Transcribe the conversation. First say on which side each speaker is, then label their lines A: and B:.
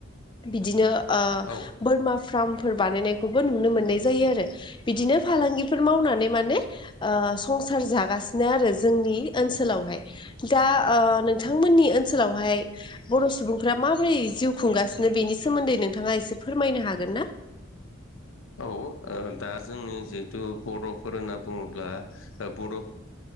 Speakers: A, on the left; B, on the left.
A: बिदिनो ओ
B: औ
A: बोरमा फाराम फोर बानायनायखौबो नुनो मोननाय जायो आरो बिदिनो फालांगिफोर मावनानै माने ओ संसार जागासिनो आरो जोंनि ओनसोलावहाय। दा ओ नोंथांमोननि ओनसोलावहाय बर' सुबुं फोरा माबोरै जिउ खुंगासिनो बेनि सोमोन्दै नोंथाङा एसे फोरमायनो हागोन ना?
B: औ ओ दा जोंनि जिहेथु बर'फोर होनना बुङोब्ला ओ बर'